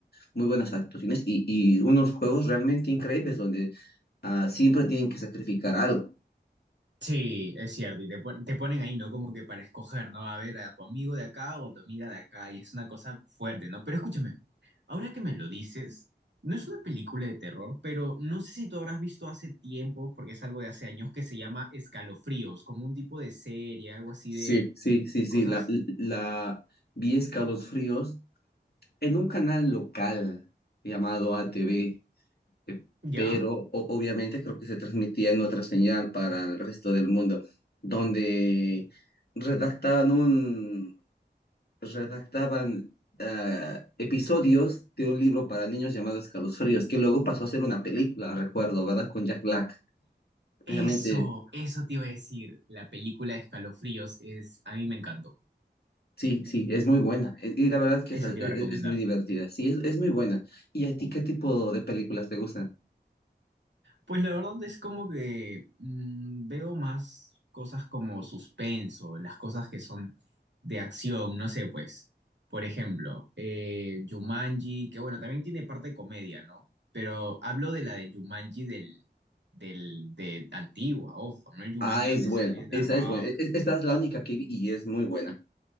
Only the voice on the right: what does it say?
Sí, es cierto, y te, pon- te ponen ahí, ¿no? Como que para escoger, ¿no? A ver, a tu amigo de acá o a tu amiga de acá, y es una cosa fuerte, ¿no? Pero escúchame, ahora que me lo dices, no es una película de terror, pero no sé si tú habrás visto hace tiempo, porque es algo de hace años, que se llama Escalofríos, como un tipo de serie, algo así
de
cosas,
¿ya?
Eso, eso te iba a decir, la película de Escalofríos es, a mí me encantó,
esa
te
iba a recomendar.
Pues la verdad es como que mm, veo más cosas como suspenso, las cosas que son de acción, no sé, pues, por ejemplo, eh, Jumanji, que bueno, también tiene parte de comedia, ¿no? Pero hablo de la de Jumanji del, del, de antigua, ojo, ¿no? El Jumanji
donde
sale The
Rock,